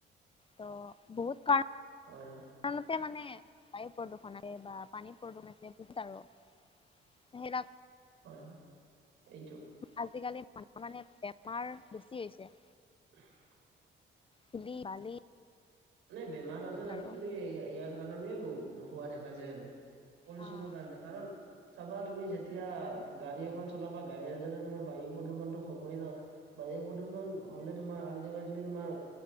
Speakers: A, on the left; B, on the right.
A: ত বহুত কাৰণ
B: হয় হয়।
A: সেইকাৰণ মানে বায়ু প্ৰদূষণ আহে বা পানী প্ৰদূষণ আছে বহুত আৰু। সেইবিলাক
B: হয় - হয়, এইটো
A: আজিকালি মানু মানে বেমাৰ বেছি হৈছে
B: <inaudible>
A: ধুলি বালি
B: মানে বেমাৰ আজাৰ আজিকালি
A: আৰু
B: ইয়াৰ কাৰণে হোৱা দেখা যায় আৰু পলিউচনৰ
A: অ'
B: কাৰণে কাৰণ চাবা তুমি যেতিয়া গাড়ী এখন চলাবা গাড়ী যাতে তোমাৰ বায়ু প্ৰদূষণটো হ'বয়ে ন'। বায়ু প্ৰদূষণ হ'লে তোমাৰ আল্টিমেটলি তোমাৰ